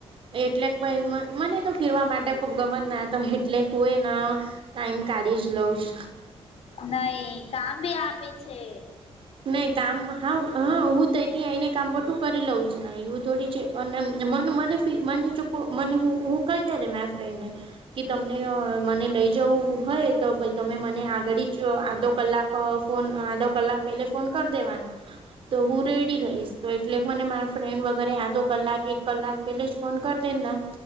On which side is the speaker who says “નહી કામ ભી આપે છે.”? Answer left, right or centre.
Left